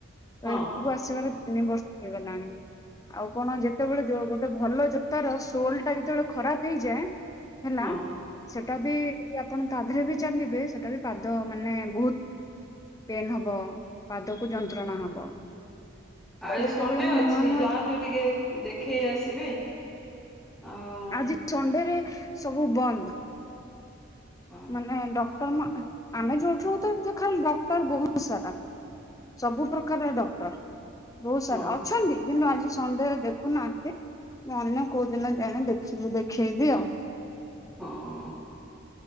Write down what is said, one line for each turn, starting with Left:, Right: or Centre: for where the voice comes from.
Centre: ହଁ
Left: ତ ଇଘ୍ କୁ ଆସିବାର ତିନି ବର୍ଷ ହେଇଗଲାଣି। ଆଉ କଣ ଯେତେବେଳେ ଯୋଉ ଗୋଟେ ଭଲ ଜୋତା ର ସୋଲ ଟା ଯେତେବେଳେ ଖରାପ ହେଇଯାଏ ହେଲା
Centre: ହଁ
Left: ସେଟା ବି ଆପଣ ତା ଦେହରେ ବି ଚାଲିବେ ସେଟା ବି ପାଦ ମାନେ ବହୁତ ପେନ୍ ହବ, ପାଦକୁ ଯନ୍ତ୍ରଣା ହବ। ତ
Centre: ଆରେ
Left: ଯେତେବେଳେ
Centre: ସଣ୍ଡେ
Left: ମୁଁ
Centre: ଅଛି
Left: ନୂଆ ନୂଆ
Centre: ଜା ତୁ ଟିକେ ଦେଖେଇ ଆସିବେ। ଆଉ
Left: ଆଜି ସଣ୍ଡେରେ ସବୁ ବନ୍ଦ।
Centre: ହଁ
Left: ମାନେ ଡକ୍ଟର ମୁଁ ଆ-ଆମେ ଯୋଉଠୁ ରହୁ ଥୁଲୁ, ଖାଲି ଡକ୍ଟର ବହୁତ ସାରା। ସବୁ ପ୍ରକାରର ଡକ୍ଟର। ବହୁତ
Centre: ହଁ
Left: ସାରା। ଅଛନ୍ତି। କିନ୍ତୁ ଆଜି ସଣ୍ଡେ ରେ ଦେଖୁନାହାଁନ୍ତି। ମୁଁ ଅନ୍ୟ କୋଉ ଦିନ ଯାଏଁ, ଦେଖିବି ଦେଖେଇବି ଆଉ।
Centre: ହଁ।